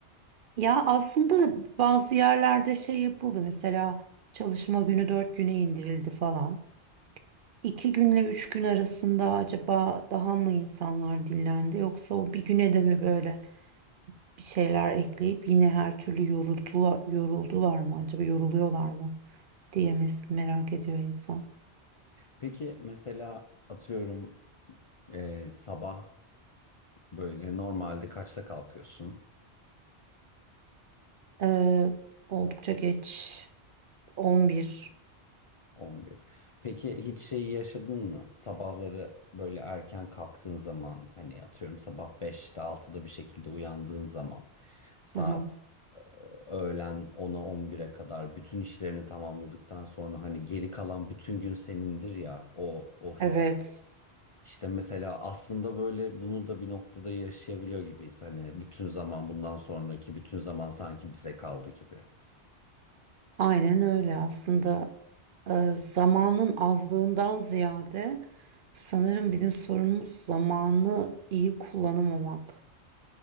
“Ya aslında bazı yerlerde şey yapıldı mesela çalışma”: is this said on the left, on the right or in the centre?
Right